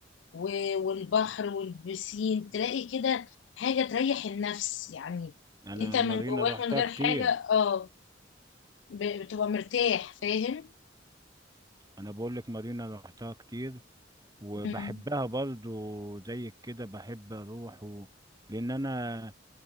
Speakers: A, on the left (about 70°); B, on the right (about 20°).
A: و- والبحر والبسين تلاقي كده حاجة تريح النفس يعني
B: انا
A: انت من
B: مارينا
A: جواك
B: روحتها
A: من غير
B: كتير
A: حاجة اه ب- بتبقى مرتاح فاهم
B: انا بقول لك مارينا روحتها كتير وبحبها
A: مم.
B: برضو زي كده بحب اروح و... لان انا